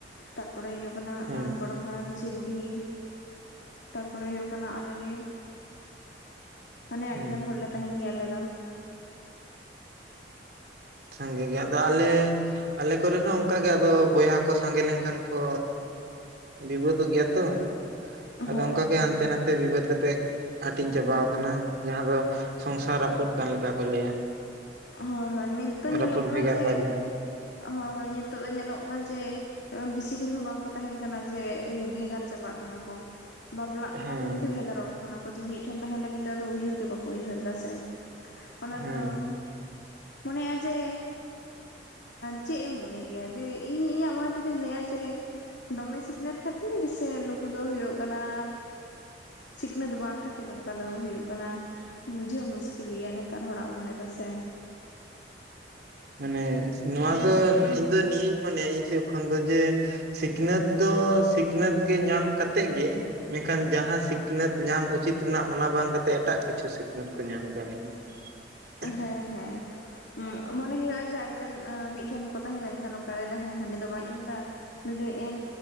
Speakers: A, on the left; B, on the right.
A: ᱛᱟᱨᱯᱚᱨᱮ ᱦᱩᱭᱩᱜ ᱠᱟᱱᱟ
B: ᱦᱩᱸ
A: ᱜᱚᱲᱚᱢ ᱦᱟᱲᱟᱢ ᱡᱷᱤ ᱵᱩᱰᱷᱤ ᱛᱟ ᱯᱚᱨᱮ ᱦᱩᱭᱩᱜ ᱠᱟᱱᱟ ᱟᱞᱮ ᱜᱮ ᱢᱟᱱᱮ
B: ᱦᱩᱸ᱾
A: ᱟᱹᱰᱤ ᱜᱟᱱ ᱦᱚᱲᱞᱮ ᱛᱟᱸᱦᱮᱱ ᱜᱮᱭᱟ ᱟᱞᱮ ᱫᱚ
B: ᱥᱟᱸᱜᱮ ᱜᱮ ᱟᱫᱚ ᱟᱞᱮ ᱟᱞᱮ ᱠᱚᱨᱮᱱ ᱦᱚᱸ ᱚᱱᱠᱟᱜᱮ ᱟᱫᱚ ᱵᱚᱭᱦᱟ ᱠᱚ ᱥᱟᱸᱜᱮ ᱞᱮᱱᱠᱷᱟᱱ ᱠᱚ ᱵᱤᱵᱟ. ᱛᱚᱜ ᱜᱮᱭᱟ ᱛᱚ ᱟᱫᱚ
A: ᱦᱳᱭ
B: ᱚᱱᱠᱟ ᱜᱮ
A: ᱦᱳᱭ
B: ᱦᱟᱱᱛᱮ ᱱᱟᱛᱮ ᱵᱤᱵᱟᱹᱫ ᱠᱟᱛᱮᱜ ᱦᱟᱹᱴᱤᱧ ᱪᱟᱵᱟᱣ ᱠᱟᱱᱟ ᱡᱟᱦᱟᱸ ᱫᱚ ᱥᱚᱝᱥᱟᱨ ᱨᱟᱹᱯᱩᱫ ᱠᱟᱱ ᱞᱮᱠᱟ ᱠᱚ ᱞᱟᱹᱭᱟ
A: ᱦᱳᱭ ᱦᱳᱭ ᱱᱤᱛ ᱫᱚ ᱧᱮᱞᱚᱜ
B: ᱨᱟᱹᱯᱩᱫ
A: ᱠᱟᱱᱟ
B: ᱵᱷᱮᱜᱟᱨ
A: ᱡᱮ
B: ᱠᱚᱣᱟ ᱡᱟᱦᱟᱸ
A: ᱦᱳᱭ ᱦᱳᱭ ᱱᱤᱛᱚᱜ ᱫᱚ ᱧᱮᱞᱚᱜ ᱠᱟᱱᱟ ᱡᱮ ᱵᱤᱥᱤ ᱫᱤᱱ ᱦᱚᱸ ᱵᱟᱝᱠᱚ ᱛᱟᱦᱮᱸᱱ ᱠᱟᱱᱟ ᱡᱮ ᱤᱭᱟᱹ ᱵᱷᱮᱜᱟᱨ ᱪᱟᱵᱟᱜ ᱠᱟᱱᱟ ᱠᱚ ᱵᱟᱯᱞᱟᱜ ᱠᱟᱱᱟ
B: ᱦᱮᱸ
A: ᱠᱚ ᱵᱷᱮᱜᱟᱨᱚᱜ ᱠᱟᱱᱟ ᱠᱚ ᱡᱮ ᱢᱤᱫᱴᱷᱮᱱ ᱛᱟᱦᱮᱱ ᱞᱟᱹᱜᱤᱫ ᱫᱚ ᱟᱫᱚ ᱩᱭᱦᱟᱹᱨ ᱜᱮ ᱵᱟᱠᱚ ᱩᱭᱦᱟᱹᱨ ᱮᱫᱟ ᱥᱮ ᱚᱱᱟ
B: ᱦᱮᱸ᱾
A: ᱫᱚ ᱢᱚᱱᱮᱼᱟ ᱡᱮ ᱪᱮᱫ ᱮᱢ ᱢᱚᱱᱮ ᱜᱮᱭᱟ ᱡᱮ ᱤᱧ ᱤᱧᱟᱹᱜ ᱢᱚᱱᱮ ᱛᱮᱫᱚᱧ ᱞᱟᱹᱭᱟ ᱡᱮ ᱫᱚᱢᱮ ᱥᱤᱠᱷᱱᱟᱹᱛ ᱠᱷᱟᱹᱛᱤᱨ ᱥᱮ ᱱᱩᱠᱩ ᱫᱚ ᱦᱩᱭᱩᱜ ᱠᱟᱱᱟ ᱥᱤᱠᱷᱱᱟᱹᱛ ᱵᱟᱝ ᱠᱷᱟᱹᱛᱤᱨ ᱚᱱᱠᱟ ᱫᱚ ᱦᱩᱭᱩᱜ ᱠᱟᱱᱟ ᱵᱩᱡᱷᱟᱹᱣ ᱢᱩᱥᱠᱤᱞ ᱜᱮᱭᱟ ᱱᱮᱛᱟᱨ ᱦᱚᱲᱟᱜ ᱢᱚᱱᱮ ᱫᱚ ᱥᱮ
B: ᱢᱟᱱᱮ ᱱᱚᱣᱟ ᱫᱚ ᱤᱧ ᱫᱚ ᱱᱤᱭᱟᱹᱧ ᱢᱚᱱᱮᱭᱟ ᱤᱧ ᱥᱮᱡ ᱠᱷᱚᱱ ᱫᱚ ᱡᱮ ᱥᱤᱠᱷᱱᱟᱹᱛ ᱫᱚ ᱥᱤᱠᱷᱱᱟᱹᱛ ᱜᱮ ᱧᱟᱢ ᱠᱟᱛᱮᱫ ᱜᱮ, ᱢᱮᱱᱠᱷᱟᱱ ᱡᱟᱦᱟᱸ ᱥᱤᱠᱷᱱᱟᱹᱛ ᱧᱟᱢ ᱩᱪᱤᱛ ᱱᱟᱜ ᱚᱱᱟ ᱵᱟᱝ ᱠᱟᱛᱮᱫ ᱮᱴᱟᱜ ᱠᱤᱪᱷᱩ ᱥᱤᱠᱷᱱᱟᱹᱛ ᱠᱚ ᱧᱟᱢ ᱠᱟᱣᱱᱤᱡ-ᱟ <inaudible>
A: ᱦᱮᱸ ᱦᱮᱸ ᱢᱚᱱᱮ ᱦᱩᱭᱩᱜᱼᱟ ᱡᱮ ᱟᱹᱰᱤ ᱜᱟᱱ ᱢᱤᱫ ᱴᱷᱮᱱ ᱠᱚ ᱛᱟᱦᱮᱸ ᱞᱮᱱ ᱠᱷᱟᱱ ᱚᱱᱠᱟᱭ ᱫᱮᱸ ᱦᱟᱹᱱᱤ ᱫᱚ ᱵᱟᱭ ᱮᱢᱫᱟ ᱩᱱᱤᱩᱭ ᱫᱚ ᱮᱢ